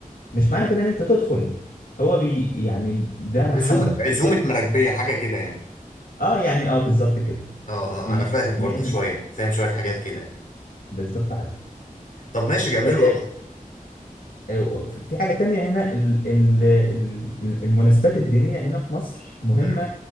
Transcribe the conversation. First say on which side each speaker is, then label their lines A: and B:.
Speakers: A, on the left; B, on the left.
A: مش معنى كده ان انت تدخل هو بي يعني ده محبة
B: عزومه عزومه
A: بيحب
B: مراكبيه حاجه كده يعني
A: اه يعني اه بالظبط كده
B: اه
A: بي-
B: اه انا فاهم برضو
A: بيعزم
B: شويه فاهم شويه حاجات كده يعني
A: بالظبط عارف
B: طب ماشي جميل
A: آه،
B: والله
A: آه، في حاجة تانية هنا ال- ال- ال- المناسبات الدينية هنا في مصر مهمة
B: امم